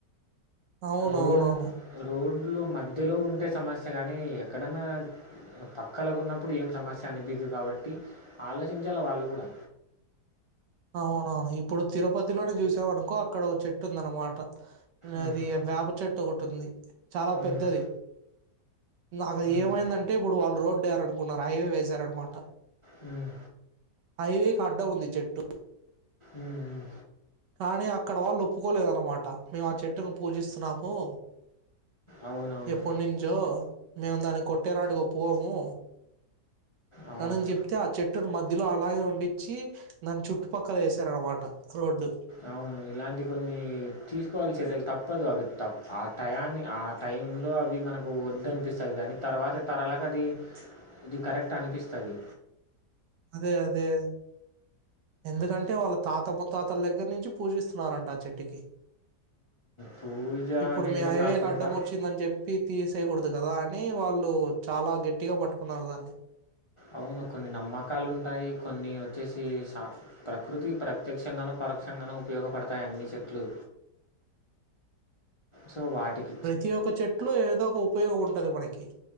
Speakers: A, on the right; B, on the left.
A: అవునవునవును
B: రోడ్ రోడ్లు మధ్యలో ఉంటే సమస్య కానీ ఎక్కడన్నా పక్కలకు ఉన్నప్పుడు ఏం సమస్య అనిపియ్యదు కాబట్టి ఆలోచించాలి వాళ్ళు కూడా
A: అవునవును ఇప్పుడు తిరుపతిలోనే చూసామనుకో అక్కడ ఒక చెట్టు ఉంది అనమాట
B: ఉమ్,
A: అది వేపచెట్టు ఒకటి ఉంది చాలా
B: ఉమ్,
A: పెద్దది నాకు అది
B: ఉమ్,
A: ఏమైందంటే అంటే ఇప్పుడు వాళ్ళు రోడ్ వెయ్యాలనుకున్నారు, హైవే వేశారన్నమాట.
B: హుమ్
A: హైవే కి అడ్డం ఉంది ఈచెట్టు.
B: ఉమ్
A: కానీ అక్కడవాళ్ళు ఒప్పుకోలేదనమాట, మేము ఆ చెట్టును పూజిస్తున్నాము.
B: అవునవును
A: ఎప్పుడునుంచో, మేము దాన్ని కొట్టేనాటికి ఒపుకోము.
B: అవును
A: అనని చెప్తే ఆ చెట్టు చెట్టుని మధ్యలో అలాగే ఉండించి దాని చుట్టుపక్కల వేశారనమాట రోడ్డు
B: అవును ఇలాంటి కొన్ని తీసుకోవాలి చర్యలు తప్పదు అవి తప్ప ఆ టయాన్ని ఆ టైంలో అవి మనకు వద్దనిపిస్తది కానీ తర్వాత తరాలకి అది ఇది కరెక్ట్ అనిపిస్తది.
A: అదే అదే ఎందుకంటే వాళ్ళ తాతముత్తాతల దగ్గర నుంచి పూజిస్తున్నారంట ఆ చెట్టుకి
B: పూజ
A: ఇప్పుడు
B: అనేదే
A: మీ హైవేకి
B: కాకుండా
A: ఆడ్డం వచ్చిందని చెప్పి తీసేయకూడదు కదా అని వాళ్ళు చాలా గట్టిగా పట్టుకున్నారు దాన్ని
B: అవును కొన్ని నమ్మకాలు ఉంటాయి, కొన్ని వచ్చేసి సా ప్రకృతికి ప్రత్యక్షంగానూ పరోక్షంగానూ ఉపయోగపడతాయి అన్ని చెట్లు సో వాటికి
A: ప్రతి ఒక్క చెట్లో ఏదో ఒక ఉపయోగం ఉంటది మనకి